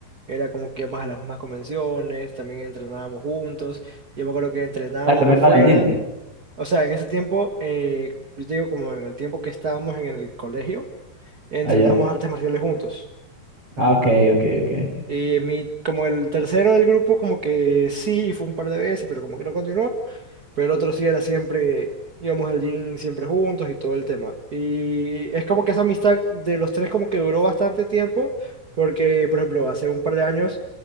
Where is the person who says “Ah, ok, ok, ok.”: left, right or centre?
Right